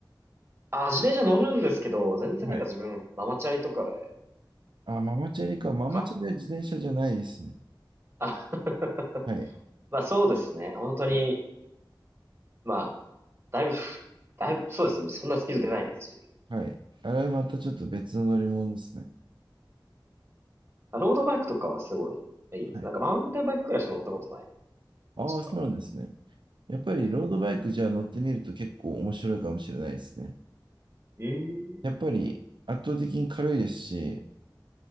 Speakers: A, on the right (about 30°); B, on the right (about 70°).
A: あ、自転車乗るんですけど、全然なんか自分、
B: はい。
A: ママチャリとかで、な
B: あ、
A: んか、
B: ママチャリか。ママチャリは自転車じゃないですね。
A: か、あ <laughs>
B: はい。
A: まあそうですね。本当に、
B: はい。
A: まあ、だいぶふ、だいぶ、そうですね。そんなスピード出ないですし。
B: はい。あれはまたちょっと別の乗り物ですね。
A: ロードバイクとかはすごいいいです。
B: はい。
A: なんかマウンテンバイクくらいしか乗ったことないの。
B: ああ、
A: ちとかの
B: そうなんですね。やっぱりロードバイクじゃあ乗ってみると結構面白いかもしれないですね。
A: ね。ええ
B: やっぱり圧倒的に軽いですし、